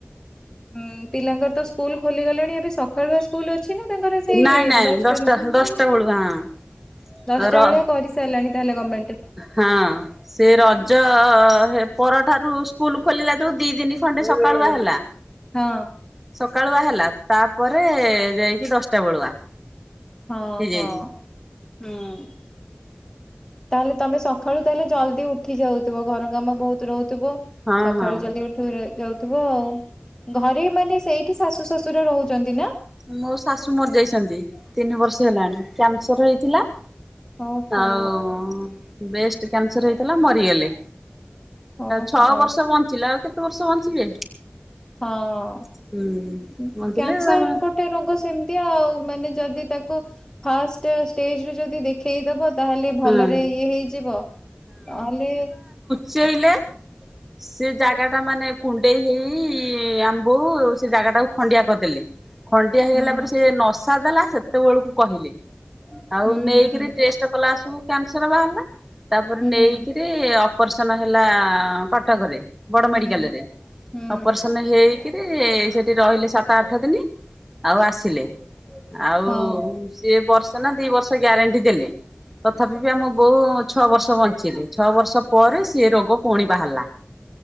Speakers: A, on the left; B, in the centre.
A: ଉଁ ପିଲାଙ୍କର ତ ସ୍କୁଲ ଖୋଲିଗଲାଣି ଏବେ ସକାଳୁଆ ସ୍କୁଲ ଅଛି ନା ତାଙ୍କର ସେଇ
B: ନାଇଁ ନାଇଁ
A: ଦଶଟାରୁ?
B: ଦଶଟା <unintelligible>
A: ଦଶଟା
B: ର
A: ବେଳେ କରିସାରିଲାଣି ତାହେଲେ ଗମେଣ୍ଟ।
B: ହଁ। ସେ ରଜ ପରଠାରୁ ସ୍କୁଲ ଖୋଲିଲା ଯୋଉ ଦି ଦନି ଖଣ୍ଡେ ସକାଳୁଆ ହେଲା।
A: ହଁ।
B: ସକାଳୁଆ ହେଲା ତାପରେ ଯାଇକି ଦଶଟା ବେଳୁଆ।
A: ହଁ
B: ହେଇଯାଇଛି।
A: ହଁ ହୁଁ। ତାହେଲେ ତମେ ସକାଳୁ ତାହେଲେ ଜଲ୍ ଯଦି ଉଠି ଯାଉଥିବ ଘର କାମ ବୋହୁତ ରହୁଥିବ
B: ହଁ
A: ସକାଳୁ
B: ହଁ
A: ଜଲଦି ଉଠି ଯାଉ ଆଉ ଘରେ ମାନେ ସେଇଠି ଶାଶୁ ଶ୍ୱଶୁର ରହୁଛନ୍ତି ନା?
B: ମୋ ଶାଶୁ ମରିଯାଇଛନ୍ତି, ତିନି ବର୍ଷ ହେଲାଣି କ୍ୟାନସର ହେଇଥିଲା।
A: ଓହୋ
B: ଆଉ ବେଷ୍ଟ କ୍ୟାନସର ହେଇଥିଲା ମରିଗଲେ।
A: ଓହୋ
B: ଛଅ ବର୍ଷ ବଞ୍ଚିଲା ଆଉ କେତେ ବର୍ଷ ବଞ୍ଚିବେ।
A: ହଁ
B: ହୁଁ। ବଞ୍ଚିଲେ
A: କ୍ୟାନସର
B: ତାପରେ
A: ଗୋଟ ଗୋଟେ ରୋଗ ସେମିତି ଆଉ ମାନେ ଯଦି ତାକୁ ଫାଷ୍ଟ ଷ୍ଟେଜରୁ ଯଦି ଦେଖେଇଦବ ତାହେଲେ
B: ହଁ
A: ଭଲରେ ଇଏ ହେଇଯିବ ନହେଲେ
B: ସେଇଲେ। ସେ ଜାଗା ଟା ମାନେ କୁଣ୍ଡେଇ ହେଇ ଆମ୍ ବୋଉ ସେ ଜାଗା ଟାକୁ ଖଣ୍ଡିଆ କରିଦ ଖଣ୍ଡିଆ ହେଇଗଲା
A: ହୁଁ
B: ପରେ ସେ ନସା ଦେଲା ସେତେବେଳକୁ କହିଲେ। ଆଉ
A: ହୁଁ
B: ନେଇକରି
A: ହୁଁ
B: ଟେଷ୍ଟ କଲା ସବୁ କ୍ୟାନସର ବାହାରିଲା ତାପରେ
A: ହୁଁ
B: ନେଇକରି ସେ ଅପରେସନ ହେଲା କଟକରେ। ବଡ
A: ହୁଁ
B: ମେଡିକାଲ ରେ
A: ହୁଁ
B: ଅପରେସନ ହେଇ କି ସେଠି ରହିଲେ ସାତ ଆଠ ଦିନ ଆଉ ଆସିଲେ ଆଉ
A: ହଉ
B: ସିଏ ବର୍ଷେ ନା ଦି ବର୍ଷ ଗ୍ୟାରେଣ୍ଟି ଦେଲେ। ତଥାପି ବି ଆମ ବୋଉ ଛଅ ବର୍ଷ ବଞ୍ଚିଲେ, ଛଅ ବର୍ଷ ପରେ ସେଏ ରୋଗ ପୁଣି ବାହାରିଲା।